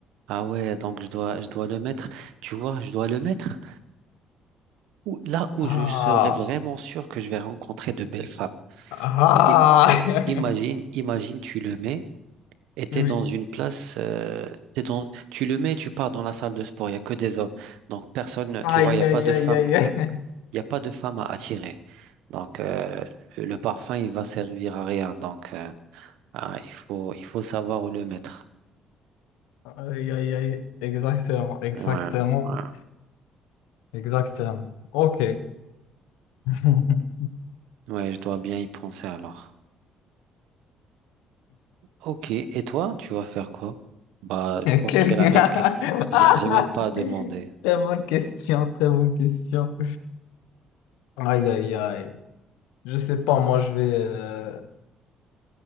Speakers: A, on the right (about 75°); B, on the left (about 80°).
A: Ah ouais, donc je dois, je dois le mettre. Tu vois, je dois le mettre où- là où
B: Ah,
A: je serai vraiment sûr que je vais rencontrer de belles femmes.
B: ah.
A: I-
B: <laughs>
A: Imagine, imagine, tu le mets. Et t'es
B: Oui.
A: dans une place, euh, t'es dans, tu le mets et tu pars dans la salle de sport, il n'y a que des hommes. Donc personne,
B: Aïe,
A: tu vois, il n'y a
B: aïe,
A: pas de
B: aïe,
A: femme,
B: aïe,
A: il
B: aïe.
A: n'y a, il y a pas de femme à attirer. Donc euh, le, le parfum, il va servir à rien. Donc euh, ah, il faut, il faut savoir où le mettre.
B: Aïe, aïe, aïe. Exactement, exactement.
A: Ouais, ouais.
B: Exactement. OK. <laughs>
A: Ouais, je dois bien y penser alors. Ok, et toi, tu vas faire quoi? Bah, je pense
B: Quelle...
A: que c'est la même.
B: <laughs>
A: que- J'ai
B: Ah
A: j'ai même pas demandé.
B: Très bonne question, très bonne question. Aïe, aïe, aïe. Je sais pas, moi, je vais... euh,